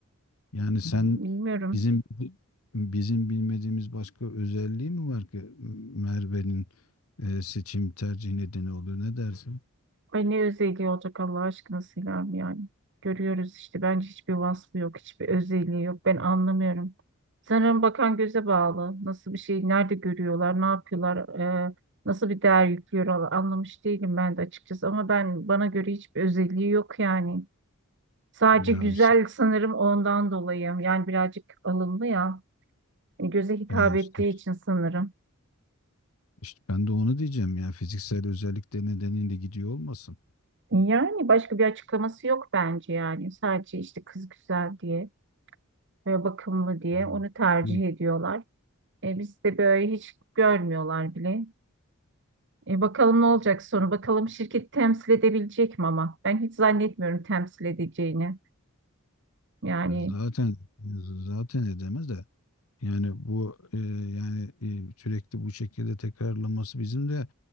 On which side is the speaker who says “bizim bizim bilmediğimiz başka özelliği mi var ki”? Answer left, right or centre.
Left